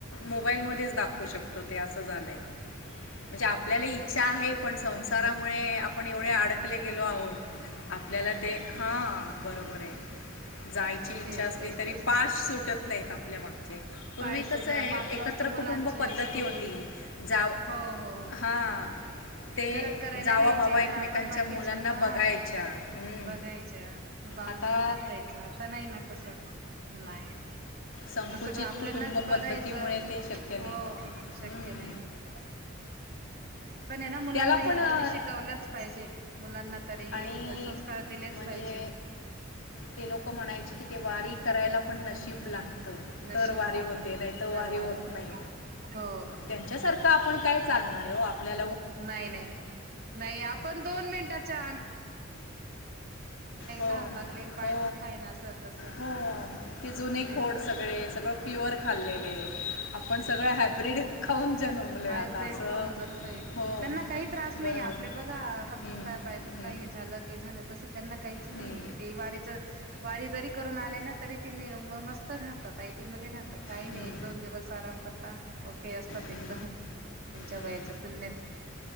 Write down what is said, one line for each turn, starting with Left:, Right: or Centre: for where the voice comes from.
Left: मोबाईलमधेच दाखवू शकतो ते असं झालंय म्हणजे आपल्याला इच्छा आहे पण संसारामुळे आपण एवढे अडकले गेलो आहोत आपल्याला ते हा बरोबर आहे जायची इच्छा
Right: तेच
Left: असली
Right: तेच
Left: तरी
Right: तेच
Left: पाच सुटत ल्या माग पूर्वी
Right: पाय
Left: कस
Right: सुद्धा
Left: आहे
Right: मग आपलं
Left: एकत्र
Right: असतं मुलांचे
Left: कुटुंब पद्धती
Right: स्कूल
Left: होती जा
Right: हो हो हो
Left: हा ते
Right: घरात करायला
Left: जावा
Right: राहायचे
Left: भावा एकमेकांच्या
Right: तर आपण बाकीचे
Left: मुलांना
Right: हा
Left: बघायच्या हम्
Right: बघायच्या मग बाणूस
Left: आता
Right: बिंदास जायचा आता नाही ना तस नाही
Left: संकुचित
Right: आता सगळं आपल्यानाच
Left: कुटुंब
Right: बघायचं
Left: पद्धतीमुळे ते शक्य
Right: हो
Left: नाही
Right: शक्य
Left: हम्म.
Right: नाही होत पण हे ना मुलांना
Left: त्याला
Right: ह्या
Left: पण
Right: गोष्टी
Left: अ,
Right: शिकवल्याच पाहिजे मुलांना तरी
Left: आणि
Right: हे संस्कार दिलेच
Left: म्हणजे
Right: पाहिजे
Left: ते लोक म्हणा ते वारी करायला पण नशीब लागते
Right: नशीब
Left: तर वारी
Right: लागत
Left: होते नाही तर
Right: तरवारी
Left: वारी होत नाही
Right: हो
Left: त्यांच्यासारखं आपण काय चालणार आहे हो आपल्या
Right: नाही नाही नाही नाही आपण दोन मिनटाच्या
Left: हो
Right: तहान लागली पाय
Left: हो
Right: दुखताय ना असं तसं
Left: हो ते जुने
Right: तेच
Left: खोड
Right: तर
Left: सगळे सगळं प्युअर खाल्ले आपण सगळे हायब्रीड खाऊन जन्मलो आहे
Right: हायब्र्रीड
Left: आता असं
Right: खाऊन जगतय
Left: हो
Right: त्यांना काही त्रास नाही
Left: बरोबर
Right: आपले बघा हात
Left: हं,
Right: दुखतायहि दुखता
Left: हं,
Right: ता हे झालं ते झालं तस त्यांना काहीच नाही
Left: हं, हं,
Right: ते वारीच वारी जरी करून आले ना तरी त मस्त राहतात आयटी म राहत आता काही
Left: हं,
Right: नाही एक दोन दिवस आराम करता ओके अस त
Left: हं,
Right: एकदम त्यांच्या
Left: हं.
Right: वयाच्या तुलनेत